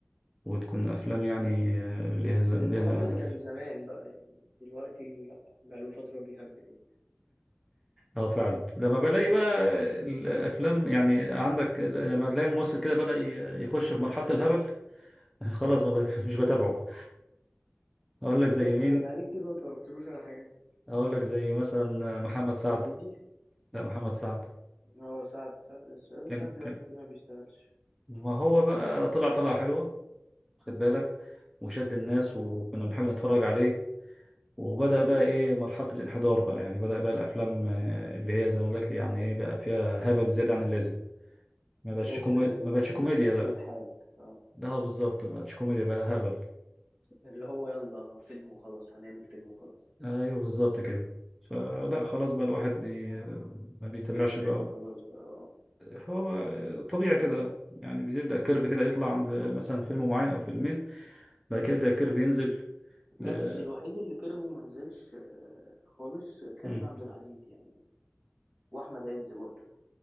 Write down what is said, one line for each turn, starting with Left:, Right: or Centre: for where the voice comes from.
Centre: وتكون افلام يعني آه، ليها
Right: بس
Centre: ز- ليها
Right: الكلام ده
Centre: هدف
Right: كان زمان بقى يعني دلوقتي لأ بقاله فترة بيهبل يعني
Centre: اه فعلا لما بلاقي بقى الافلام يعني عندك لما
Right: <coughs>
Centre: تلاقي ممثل كده بدأ ي- يخش في مرحله الهبل <laughs> خلاص
Right: مم.
Centre: ما ب... مش بتابعه اقول
Right: بالظبط
Centre: لك زي مين
Right: بقالي كتير ما اتفرجتلوش على حاجات
Centre: اقول لك زي مثلا محمد سعد
Right: هنيدي
Centre: لا محمد سعد
Right: اه سعد سعد السؤال،
Centre: كان
Right: سعد بقاله
Centre: كان
Right: كتير ما بيشتغلش
Centre: ما هو بقى طلع طلعه حلوه خد
Right: مم.
Centre: بالك وشد الناس وكنا بنحب نتفرج عليه وبدأ
Right: مم.
Centre: بقى إيه مرحلة الانحدار بقى يعني بدأ بقى الأفلام آه، اللي هي زي ما أقول لك يعني إيه بقى فيها هبل زيادة عن اللازم ما بقتش
Right: شغل
Centre: كومي... ما بقتش كوميديا
Right: تمشية
Centre: لا
Right: حال اه
Centre: ده بالظبط ما بقتش كوميديا بقى هبل
Right: اللي هو يلا فيلم وخلاص هنعمل فيلم وخلاص
Centre: أيوه بالظبط كده فلا خلاص بقى الواحد بي... ما بيتابعش
Right: بيبدأ
Centre: بقى
Right: ايه خلاص بقى آه.
Centre: هو طبيعي كده يعني بيبدأ كيرف كده يطلع عند مثلا فيلم معين أو فيلمين بعد كده يبدأ الكيرف ينزل
Right: لا
Centre: ل...
Right: بس الوحيد اللي كرهه ما نزلش آه، خالص كريم
Centre: مم.
Right: عبد العزيز يعني واحمد عز برضه